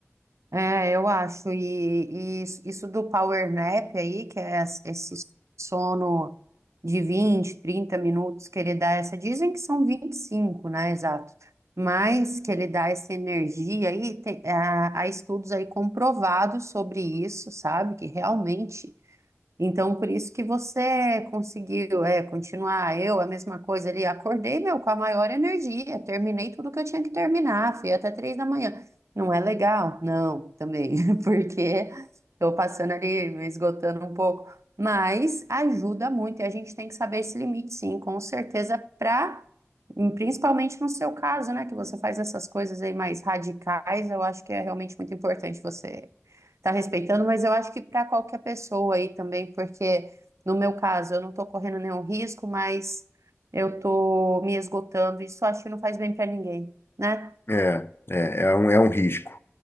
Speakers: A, on the right; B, on the left.
A: É, eu acho. E, e isso isso do power nap aí, que é es- esse sono de 20, 30 minutos que ele dá essa. Dizem que são 25, né? Exato. Mas que ele dá essa energia aí, tem, ah, há estudos aí comprovados sobre isso, sabe? Que realmente. Então, por isso que você conseguiu, é, continuar. Eu, a mesma coisa ali, acordei, meu, com a maior energia, terminei tudo que eu tinha que terminar, fui até três da manhã. Não é legal? Não, também, <laughs> porque estou passando ali, me esgotando um pouco. Mas ajuda muito e a gente tem que saber esse limite, sim, com certeza, para, principalmente no seu caso, né, que você faz essas coisas aí mais radicais, eu acho que é realmente muito importante você tá respeitando, mas eu acho que para qualquer pessoa aí também, porque no meu caso eu não tô correndo nenhum risco, mas eu tô me esgotando. Isso eu acho que não faz bem para ninguém, né?
B: É, é, é um, é um risco.